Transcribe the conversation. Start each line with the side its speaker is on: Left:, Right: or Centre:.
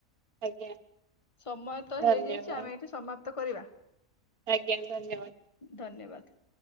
Right: ଆଜ୍ଞା
Left: ସମୟ ତ
Right: ଧନ୍ୟବାଦ
Left: ହେଇଯାଇଛି ଆମେ ଏଠି ସମାପ୍ତ କରିବା।
Right: ଆଜ୍ଞା ଧନ୍ୟବାଦ।
Left: ଧନ୍ୟବାଦ।